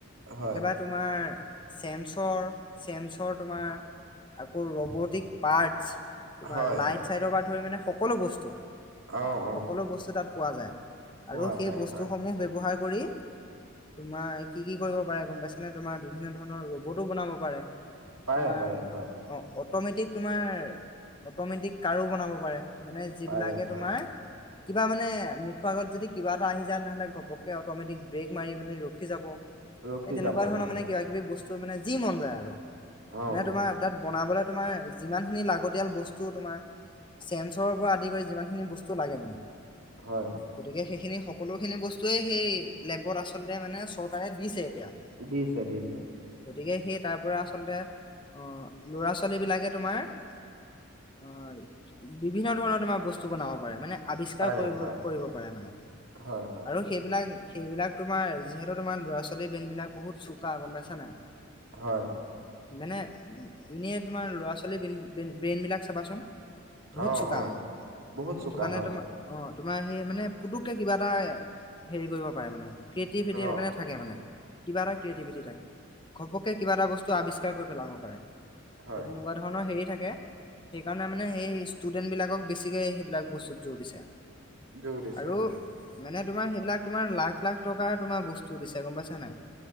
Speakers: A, on the right; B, on the left.
A: হয়
B: একেবাৰে তোমাৰ চেমছ'ৰ, চেমছ'ৰ তোমাৰ, আকৌ ৰ'বটিক পাৰ্টছ। তোমাৰ
A: হয়
B: লাইট চাইটৰ পৰা ধৰি মানে সকলো বস্তু,
A: অ অ
B: সকলো বস্তু তাত পোৱা যায়।
A: পোৱা
B: আৰু সেই
A: যায়
B: বস্তুসমূহ
A: হয়
B: ব্যৱহাৰ কৰী, তোমাৰ কি, কি কৰিব পাৰে গম পাইছ নে, তোমাৰ বিভিন্ন ধৰনৰ ৰ'বটো বনাব পাৰে,
A: পাৰে
B: তোমাৰ
A: পাৰে হয়
B: অ', অট'মেটিক তোমাৰ, অট'মেটিক কাৰো বনাব পাৰে। মানে যিবিলাকে
A: পাৰে হয়
B: তোমাৰ কিবা মানে, মুখৰ আগত যদি কিবা এটা আহি যায়, তেনেহ'লে ঘপকে অট'মেটিক ব্ৰেক মাৰি পেলি, ৰখি যাব।
A: ৰখি
B: সেই তেনেকুৱা
A: যাব
B: ধৰণৰ
A: হয়
B: মানে কিবা-কিবি বস্তু মানে যি মন যায় আৰু,
A: অ
B: মানে
A: অ
B: তোমাৰ তাত বনাবলৈ তোমাৰ যিমানখিনি লাগতিয়াল বস্তু তোমাৰ চেনছৰ পৰা আদি কৰি যিমানখিনি বস্তু লাগে মানে।
A: হয়।
B: গতিকে, সেইখিনি সকলোখিনি বস্তুৱেই, সেই লেবত আচলতে মানে, চৰকাৰে দিছে এতিয়া।
A: দিছে, দিছে।
B: গতিকে, সেই তাৰ পৰা আচলতে, অ', ল'ৰা-ছোৱালী বিলাকে তুমাৰ অ', বিভিন্ন ধৰণৰ তোমাৰ বস্তু বনাব পাৰে, মানে আৱিষ্কাৰ
A: পাৰে
B: কৰিব,
A: হয়
B: কৰিব পাৰে মানে,
A: হয় হয়
B: আৰু সেইবিলাক, সেইবিলাক তোমাৰ যিহেতু তোমাৰ ল'ৰা-ছোৱালী ব্ৰেইন বিলাক বহুত চোকা, গম পাইছা নাই?
A: হয়।
B: মানে, এনে তোমাৰ ল'ৰা-ছোৱালী ব্ৰে, ব্ৰেইন বিলাক চাবাচোন। বহুত
A: অ
B: চোকা
A: অ
B: মানে,
A: বহুত চোকা
B: এইটো কাৰণে
A: হয়
B: তোমাৰ অ', তোমাৰ সেই মানে, পুতককে কিবা এটা, হেৰি কৰিব পাৰে মানে। ক্ৰিয়েটিভিটি
A: অ
B: মানে থাকে মানে, কিবা এটা ক্ৰিয়েটিভিটি থাকে। ঘপকে কিবা এটা বস্তু আৱিষ্কাৰ কৰি পেলাব পাৰে,
A: হয়
B: সেই তেনেকুৱা ধৰণৰ হেৰি থাকে। সেইকাৰণে মানে, এই ষ্টুডেন্ট বিলাকক বেছিকে সেইবিলাক বস্তুত জোৰ দিছে।
A: জোৰ দিছে
B: আৰু
A: হয়
B: মানে তোমাৰ সেইবিলাক তোমাৰ লাখ-লাখ টকাৰ তোমাৰ বস্তু দিছে গম পাইছা নাই।